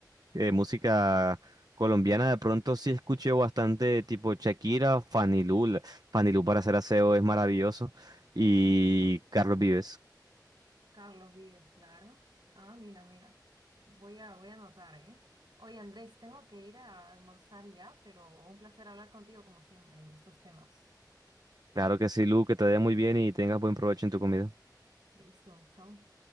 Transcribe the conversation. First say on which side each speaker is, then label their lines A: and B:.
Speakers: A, on the right; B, on the right.
A: eh, música colombiana, de pronto sí escuché bastante tipo Shakira, Fanny Lu, la- Fanny Lu para hacer aseo es maravilloso, y Carlos Vives.
B: Carlos Vives, claro. Ah, mira, mira. Voy a, voy a anotar, ¿eh? Oye, Andrés, tengo que ir a almorzar ya, pero un placer hablar contigo como siempre de estos temas.
A: Claro que sí, Lu, que te vaya muy bien y tengas buen provecho en tu comida.
B: Listo, chao.